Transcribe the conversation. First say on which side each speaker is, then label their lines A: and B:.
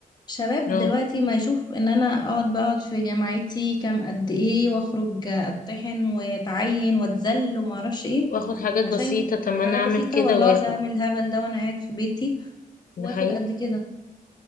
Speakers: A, on the left (about 30°); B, on the left (about 70°).
A: شباب
B: اه
A: دلوقتي ما يشوف ان انا اقعد بقعد في جامعتي كام قد ايه واخرج اتطحن واتعين واتذل وما اعرفش ايه
B: واخد حاجات
A: عشان
B: بسيطة طب ما
A: حاجة
B: انا اعمل
A: بسيطة
B: كده
A: ولا
B: واخد
A: اقعد اعمل الهبل ده وانا قاعد في بيتي واخد
B: ده حقيقي
A: قد كده